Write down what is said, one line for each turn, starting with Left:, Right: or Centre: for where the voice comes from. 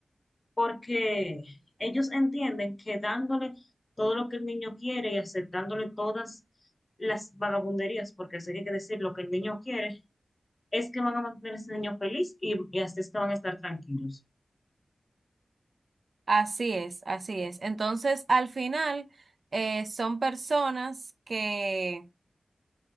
Left: porque ellos entienden que dándole todo lo que el niño quiere y aceptándole todas las vagabunderías, porque se tiene que decir lo que el niño quiere, es que van a mantener a ese niño feliz y, y así es que van a estar tranquilos.
Right: Así es, así es. Entonces, al final, eh, son personas que